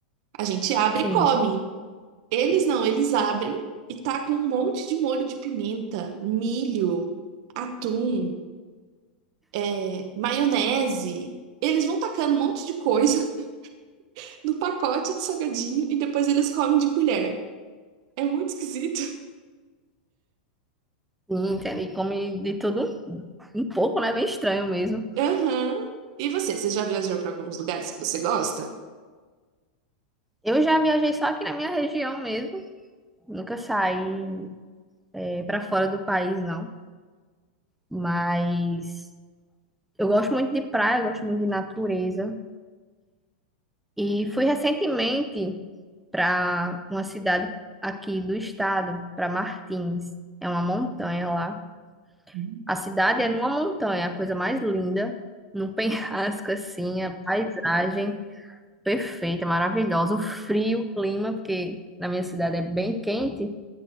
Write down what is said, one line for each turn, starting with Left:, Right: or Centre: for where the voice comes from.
Right: A gente abre
Centre: sim.
Right: e come. Eles não, eles abrem e tá com um monte de molho de pimenta, milho, atum, é, maionese. Eles vão tacando um monte de coisa <laughs> no pacote de salgadinho e depois eles comem de colher. É muito esquisito.
Centre: Sim, entendi. Come de tudo um pouco, né? Bem estranho mesmo.
Right: Aham. E você, você já viajou para alguns lugares que você gosta?
Centre: Eu já viajei só aqui na minha região mesmo. Nunca saí, é, para fora do país, não. Mas eu gosto muito de praia, eu gosto muito de natureza. E fui recentemente para uma cidade aqui do estado, para Martins. É uma montanha lá.
Right: Hum,
Centre: A cidade é numa montanha, a coisa mais linda, num <laughs> penhasco assim, a paisagem perfeita, maravilhosa. O frio, o clima, porque na minha cidade é bem quente,